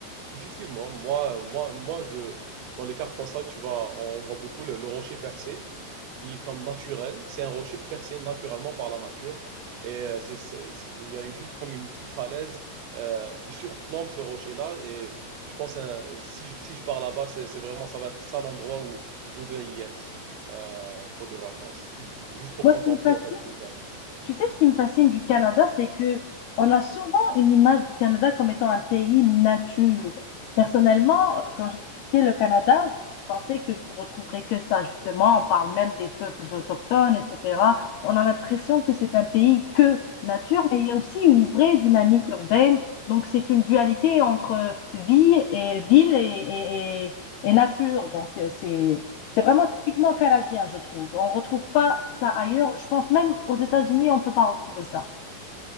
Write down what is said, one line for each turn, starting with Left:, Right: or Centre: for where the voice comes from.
Right: Effectivement, moi, moi, moi, je, dans les cartes postales, tu vois, on voit beaucoup le, le rocher percé, qui est comme naturel. C'est un rocher percé naturellement par la nature. Et euh, c'est, c'est- c'est- il y a juste comme une petite falaise euh, qui surplombe ce rocher-là. Et je pense, hein, si je, si je pars là-bas, c'est, c'est vraiment, ça va être ça l'endroit où je voudrais y être euh, pour des vacances, ou juste pour
Left: Moi,
Right: contempler
Left: ce qui me fascine,
Right: en fait le paysage.
Left: Tu sais, ce qui me fascine du Canada, c'est que on a souvent une image du Canada comme étant un pays nature. Personnellement, euh, quand j'ai visité le Canada, j- j'ai pensé que je ne retrouverais que ça, justement. On parle même des peuples autochtones, etc. On a l'impression que c'est un pays que nature, mais il y a aussi une vraie dynamique urbaine. Donc, c'est une dualité entre vie et ville et, et- et- et nature. Donc, euh, c'est, c'est vraiment typiquement canadien, je trouve. On ne retrouve pas ça ailleurs. Je pense même aux États-Unis, on ne peut pas retrouver ça.